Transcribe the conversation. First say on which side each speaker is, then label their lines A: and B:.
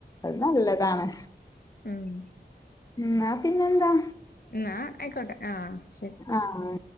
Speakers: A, on the left; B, on the left.
A: അത് നല്ലതാണ്
B: ഉം
A: ന്നാ പിന്നെ എന്താ
B: എന്നാ ആയിക്കോട്ടെ ആ ശരി
A: ആഹ്